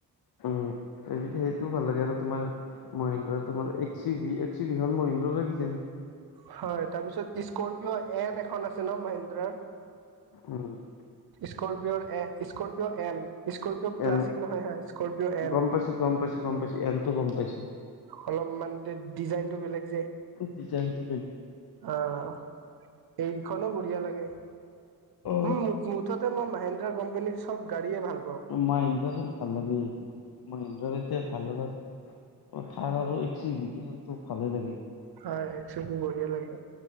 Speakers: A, on the left; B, on the right.
A: উম, সেই সেইটোও ভাল লাগে আৰু তোমাৰ মহেন্দ্ৰাতো তোমাৰ এক ছি ভি এক ছি ভি খান মহেন্দ্ৰাৰ কিজানি
B: হয় তাৰপিছত স্কৰপিঅ' এন এখন আছে ন' মহিন্দ্ৰাৰ
A: উম
B: স্কপিঅ'ৰ এ Scorpio N Scorpio classic
A: N
B: নহয় হা স্কপিঅ' এন
A: গম পাইছো গম পাইছে গম পাইছে এনতো গম পাইছো
B: অলপমান ডিজাইনতটো বেলেগ যে
A: ডিজাইনটো বেল
B: অ' এইখনো বঢ়িয়া লাগে,
A: অ
B: উম মুঠতে মই মাহেন্দ্ৰা কোম্পানীৰ চব গাড়ীয়ে ভাল পাওঁ
A: মহেন্দ্ৰাৰ ভাল লাগে মহেন্দ্ৰাৰ এতিয়া ভাল লগা <unintelligible>
B: হয় এক ছো ভি বঢ়িয়া লাগে।